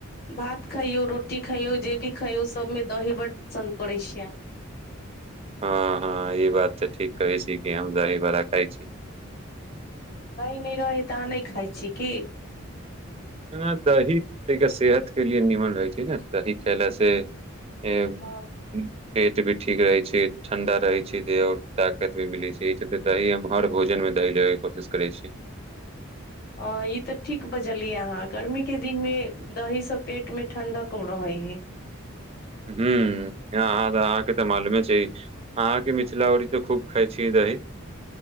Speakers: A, on the left (about 45°); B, on the right (about 30°).
A: भात खायौ रोटी खायौ जे भी खायौ सबमे दही बड्ड पसन्द करै छी आहाँ
B: हँ हँ ई बात तऽ ठीक कहै छी कि हम दही बड़ा खाय छी
A: दही नैय रहै तऽ अहाँ नइ खाइ छियै की
B: दही तनिका सेहत के लिए निमन रहै छै न दही खयला से <inaudible> पेट
A: हँ
B: भी ठीक रहै छै ठण्डा रहै छै देह आओर ताकत भी मिलै छै एही चलते दही हम हर भोजनमे दही लेबेके कोशिश करै छी
A: अ ई तऽ ठीक बजलियै अहाँ गर्मी के दिन मे दही सब पेट मे ठंडक रहे हेय
B: हू अहाँके तऽ मालूमे छै अहाँके मिथिला ओरी तऽ खूब खाई छिये दही